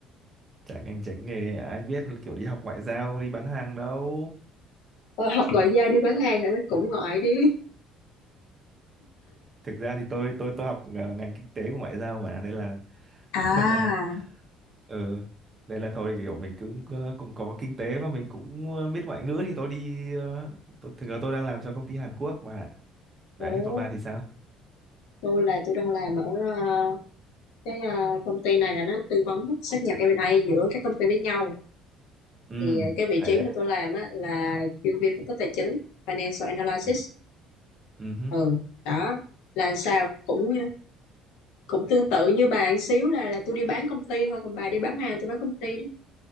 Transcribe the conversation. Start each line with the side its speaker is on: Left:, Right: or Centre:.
Right: Trái ngành trái nghề ai biết là kiểu đi học ngoại giao, đi bán hàng đâu.
Left: Tôi học ngoại giao đi bán hàng rồi nó cũng ngoại đi.
Right: Thực ra thì tôi tôi tôi học ờ, ngành kinh tế của ngoại giao mà, đây là
Left: À,
Right: <laughs> ừ đây là thôi kiểu mình cũng ờ, cũng có kinh tế và mình cũng ờ, biết ngoại ngữ thì tôi đi ờ, tôi, thực ra tôi đang làm cho công ty Hàn Quốc mà. Đấy,
Left: Ủa,
Right: còn bà thì sao?
Left: tôi là tôi đang làm ở ờ, cái ờ, công ty này là nó tư vấn sát nhập M&A giữa các công ty với nhau
Right: ừ
Left: thì ờ, cái vị
Right: hay
Left: trí
Right: đấy
Left: mà tôi làm á là chuyên viên phân tích tài chính financial analysis
Right: ừ. ừ hứ,
Left: ừ đó là sao cũng ờ, cũng tương tự như bà một xíu là là tôi đi bán công ty thôi còn bà đi bán hàng tôi bán công ty đó